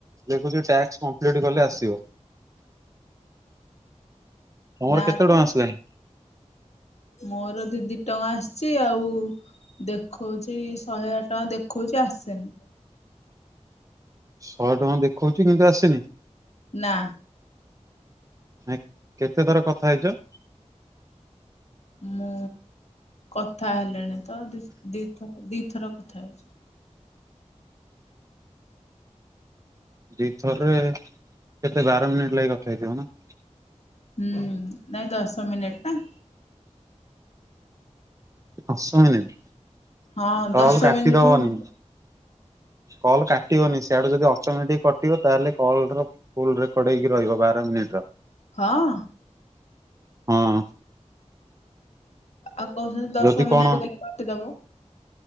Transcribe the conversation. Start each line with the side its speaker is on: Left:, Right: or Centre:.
Right: ଦେଖୋଉଚି ଟାକ୍ସ କମପ୍ଲିଟ୍ କଲେ ଆସିବ। ତମର
Left: ନା
Right: କେତେ
Left: ତ।
Right: ଟଙ୍କା ଆସିଲାଣି
Left: ମୋର ଦି ଦି ଟଙ୍କା ଆସିଛି ଆଉ। ଦେଖୋଉଛି ଶହେ ଆଠ ଟଙ୍କା ଦେଖଉଛି ଆସେନି।
Right: ଶହେ ଟଙ୍କା ଦେଖଉଛି କିନ୍ତୁ ଆସନି?
Left: ନା
Right: ନାଇଁ କେତେ ଥର କଥା ହେଇଚ?
Left: ମୁଁ କଥା ହେଲେଣି ତ ଦି ଦିଥର ଦିଥର କଥା ହେଇଚି।
Right: ଦିଥରରେ କେତେ ବାର ମିନିଟ୍ ଲାଗି କଥା ହେଇଥିବ ନା।
Left: ହୁଁ ନାଇଁ ଦଶ ମିନିଟ ନା।
Right: ଦଶ ମିନିଟ୍,
Left: ହଁ
Right: କଲ୍
Left: ଦଶ
Right: କାଟି
Left: ମିନିଟ
Right: ଦବନି।
Left: ହିଁ ହବ।
Right: କଲ୍ କାଟିବନି ସିଆଡୁ ଯଦି ଅଟୋମେଟିକ୍ କଟିବ ତାହେଲେ କଲ୍ <unintelligible> ଫୁଲ୍ ରେକର୍ଡ ହେଇକି ରହିବ ବାର ମିନିଟ୍ ର।
Left: ହଁ।
Right: ହଁ।
Left: ଆଉ କହୁଛନ୍ତି ଦଶ
Right: ଯଦି
Left: ମିନିଟ୍
Right: କଣ
Left: କହିକି କାଟିଦବ।